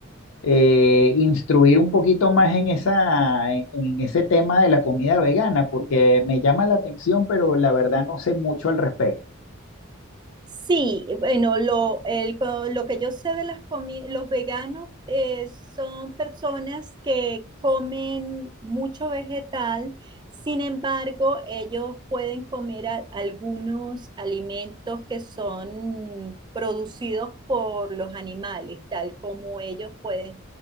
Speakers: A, on the left (about 80°); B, on the right (about 20°).
A: eh, instruir un poquito más en esa, en, en ese tema de la comida vegana, porque me llama la atención, pero la verdad no sé mucho al respecto.
B: Sí, bueno, lo, el co- lo que yo sé de las comi- los veganos eh, son personas que comen mucho vegetal, sin embargo, ellos pueden comer a- algunos alimentos que son producidos por los animales, tal como ellos pueden